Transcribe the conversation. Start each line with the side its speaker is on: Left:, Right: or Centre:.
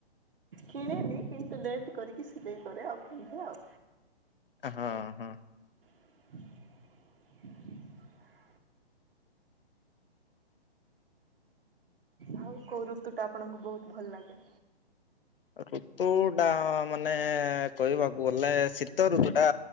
Right: କିଣେନି କିନ୍ତୁ ଲେଟ୍ କରିକି ସିଲେଇ କରେ ଆଉ ପିନ୍ଧେ ଆଉ।
Left: ହଁ ହଁ।
Right: <inaudible> ଆଉ କୋଉ ଋତୁ ଟା ଆପଣଙ୍କୁ ବହୁତ ଭଲ ଲାଗେ?
Left: ଋତୁ ଟା ମାନେ କହିବାକୁ ଗଲେ ଶୀତ ଋତୁ ଟା